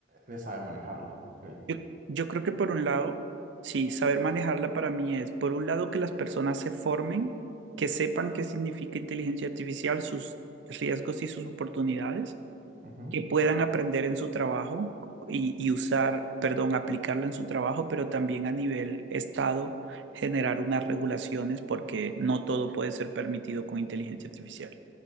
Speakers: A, on the right (about 45°); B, on the right (about 75°).
A: de saber manejarla, creo yo.
B: Yo, yo creo que por un lado, sí, saber manejarla para mí es, por un lado, que las personas se formen, que sepan qué significa inteligencia artificial, sus riesgos y sus oportunidades,
A: Ujú,
B: que puedan aprender en su trabajo y, y usar, perdón, aplicarla en su trabajo, pero también a nivel estado generar unas regulaciones porque no todo puede ser permitido con inteligencia artificial.